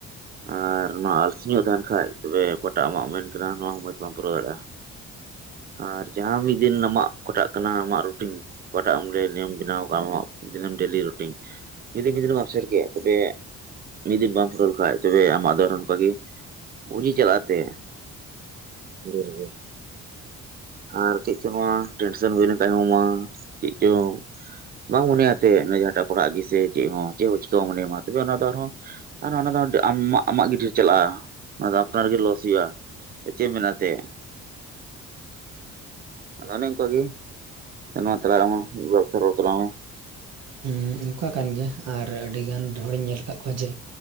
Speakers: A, on the right; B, on the right.
A: ᱟᱨ ᱱᱚᱶᱟ ᱟᱞᱥᱤ ᱧᱚᱜ ᱛᱟᱦᱮᱱ ᱠᱷᱟᱡ ᱛᱚᱵᱮ ᱚᱠᱟᱴᱟᱜ ᱟᱢᱟᱜ ᱢᱮᱱ ᱠᱟᱱᱟ, ᱱᱚᱶᱟ ᱦᱚ ᱢᱚᱸᱡᱽ ᱵᱟᱢ ᱯᱩᱨᱟᱹᱣ ᱫᱟᱲᱮᱭᱟᱜᱼᱟ᱾ ᱟᱨ ᱡᱟᱦᱟᱸ ᱢᱤᱫ ᱫᱤᱱ ᱟᱢᱟᱜ ᱚᱠᱟᱴᱟᱜ ᱠᱟᱱᱟ ᱟᱢᱟᱜ ᱨᱩᱴᱤᱱ, ᱚᱠᱟᱴᱟᱜ ᱮᱢ ᱞᱟᱹᱭ ᱱᱤᱭᱚᱢ ᱵᱮᱱᱟᱣ ᱠᱟᱜᱼᱟ ᱟᱢᱟᱜ᱾ ᱢᱤᱫ ᱫᱤᱱᱮᱢ ᱰᱮᱞᱤ ᱨᱩᱴᱤᱱ, ᱢᱤᱫ ᱫᱤᱱ, ᱢᱤᱫ ᱫᱤᱱ ᱟᱥᱮᱨ ᱠᱮᱜ ᱛᱚᱵᱮ ᱢᱤᱫ ᱫᱤᱱ ᱵᱟᱢ ᱯᱷᱩᱨᱟᱹᱞ ᱠᱷᱟᱱᱡ ᱛᱚᱵᱮ ᱟᱢᱟᱜ ᱫᱚ ᱚᱱᱠᱟᱜ ᱜᱮ ᱯᱩᱡᱤ ᱪᱟᱞᱟᱜ ᱛᱮ ᱰᱮᱨᱜᱮ ᱟᱨ ᱪᱮᱫ ᱪᱚ ᱱᱚᱶᱟ ᱴᱮᱱᱥᱚᱱ ᱦᱩᱭ ᱞᱮᱱᱠᱷᱟᱱ ᱦᱚᱸ ᱢᱟ, ᱪᱮᱫ ᱪᱚᱝ? ᱵᱟᱝ ᱢᱚᱱᱮᱭᱟᱛᱮ, ᱡᱟᱦᱟᱸᱴᱟᱜ ᱯᱟᱲᱦᱟᱜ ᱜᱮ ᱥᱮ, ᱪᱮᱫ ᱦᱚᱸ ᱪᱮᱫ ᱪᱮᱠᱟᱢ ᱢᱚᱱᱮᱭᱟᱢ ᱢᱟ ᱛᱚᱵᱮ ᱚᱱᱟ ᱟᱨᱦᱚᱸ ᱟᱨ ᱚᱱᱟ ᱫᱚ ᱟᱢ, ᱟᱢᱟᱜ ᱜᱮ ᱰᱷᱮᱨ ᱪᱟᱞᱟᱜᱼᱟ, ᱚᱱᱟ ᱫᱚ ᱟᱯᱱᱟᱨᱜᱮ ᱞᱚᱥ ᱦᱩᱭᱩᱜᱼᱟ᱾ ᱪᱮᱜ ᱢᱮᱱᱟᱜ ᱛᱮ ᱟᱫᱚ ᱚᱱᱮ ᱚᱱᱠᱟᱜ ᱜᱮ, ᱱᱚᱶᱟ ᱛᱟᱞᱟᱨᱮ ᱟᱢ ᱦᱚ, ᱦᱚ ᱢᱤᱫ ᱵᱟᱨ ᱠᱟᱛᱷᱟ ᱨᱚᱲ ᱛᱟᱞᱟᱝ ᱢᱮ?
B: ᱦᱮᱸ ᱚᱱᱠᱟ ᱠᱟᱱ ᱜᱮᱭᱟ, ᱟᱨ ᱟᱹᱰᱤ ᱜᱟᱱ ᱰᱷᱚᱲᱤᱧ ᱧᱮᱞ ᱠᱟᱜ ᱠᱚᱣᱟ ᱡᱮ